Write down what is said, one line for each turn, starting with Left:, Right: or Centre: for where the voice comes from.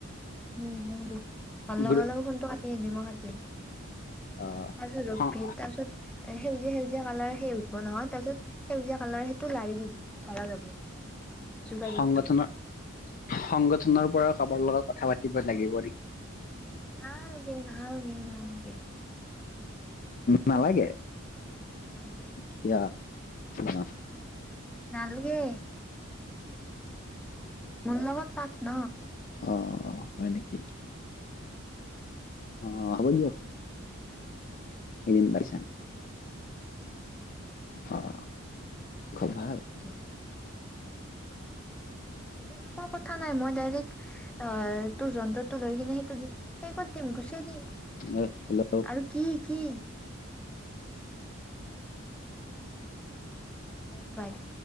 Centre: উম-উম ভাল লগা-লগা
Left: গুৰু
Centre: ফোনটো কা তে বিমা খাতি। তাৰপিছত
Left: অ',
Centre: ৰখবি
Left: সং
Centre: তাৰপিছত সেউজীয়া-সেউজীয়া। কালাৰ সেই উঠব নহয় তাৰপিছত সেউজীয়া কালাৰ সেইটো লাৰি দিবি ধৰা যাব। যোগাযোগটো
Left: সংগঠনত, সংগঠনৰ পৰা কাৰবাৰ লগত কথা পাতিব লাগিব নেকি,
Centre: নালগে নালগে নালগে।
Left: নালাগে।
Centre: নালগে
Left: কিয়? অ'।
Centre: নালগে। মল লগত পাত ন'।
Left: অ' অ' হয় নেকি অ হ'ব দিয়ক এদিন পাইছ। অ'। খুব ভাল
Centre: হয়কে <unintelligible> বেলেগ এ কথা নাই মই ডাইৰেক্ অ তোৰ যন্তত, টো লৈ কিনে সেইটো সেইত, তেম গুচছে দিম।
Left: আহ হেল্ল'।
Centre: আৰু কি কি? দে বাই।